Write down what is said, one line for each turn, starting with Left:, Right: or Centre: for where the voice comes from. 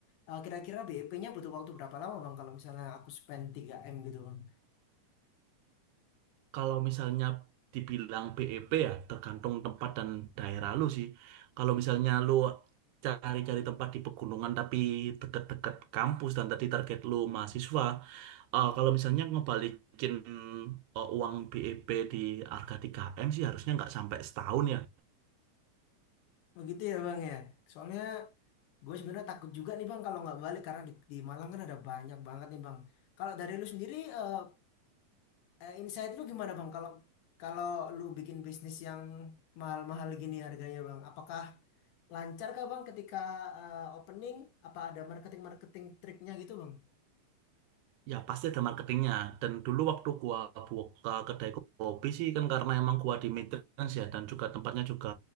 Left: Eh, kira-kira BEP-nya butuh waktu berapa lama Bang kalau misalnya aku spend 3M gitu Bang.
Right: Kalau misalnya dibilang BEP ya tergantung tempat dan daerah lu sih. Kalau misalnya lu cari-cari tempat di pegunungan tapi deket-deket kampus dan tadi target lu mahasiswa, eh, kalau misalnya ngebalikin eh, uang BEP di harga 3M sih harusnya nggak sampai setahun ya.
Left: Begitu ya Bang ya. Soalnya gue sebenarnya takut juga nih Bang kalau nggak balik karena di, di Malang kan ada banyak banget nih Bang. Kalau dari lu sendiri eh, Eh, insight lu gimana bang? Kalau kalau lu bikin bisnis yang mahal-mahal gini harganya bang, apakah lancar kah bang ketika eh, opening? Apa ada marketing-marketing triknya gitu bang?
Right: Ya pasti ada marketingnya dan dulu waktu gua buka kedai kopi sih kan karena emang gua di maintenance ya dan juga tempatnya juga